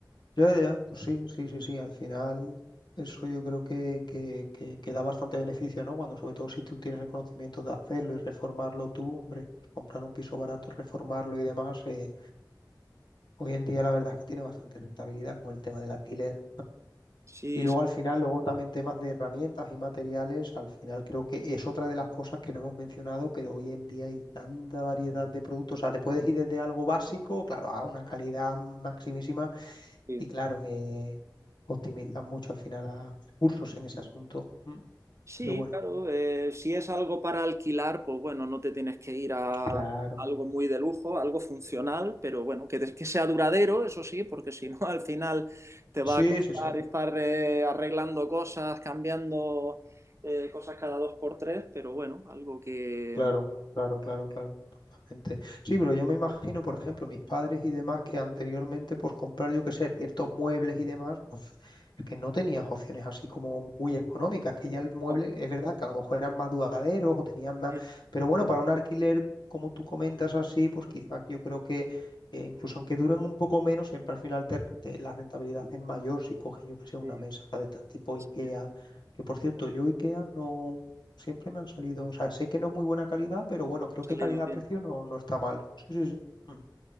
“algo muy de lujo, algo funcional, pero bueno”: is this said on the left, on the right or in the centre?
Right